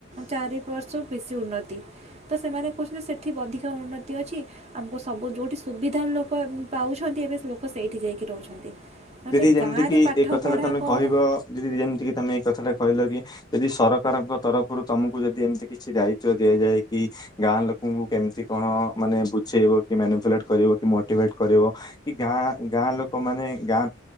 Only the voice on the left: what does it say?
ଦିଦି ଯେମିତିକି
ଏଇ କଥା
ଟା ତମେ
କହିବ ଦିଦି ଯେମତିିକି ତମେ ଏଇ କଥା ଟା କହିଲ କି ଯଦି ସରକାରଙ୍କ ତରଫରୁ ତମକୁ ଯଦି ଏମିତି କିଛି ଦାୟିତ୍ବ ଦିଆଯାଏ କି ଗାଁ ଲୋକଙ୍କୁ କେମତି କଣ ମାନେ ବୁଝେଇବ କି ମାନୁପୁଲେଟ କରିବ କି ମୋଟିଭେଟ କରିବ? କି ଗାଁ ଗାଁ ଲୋକ ମାନେ ଗାଁ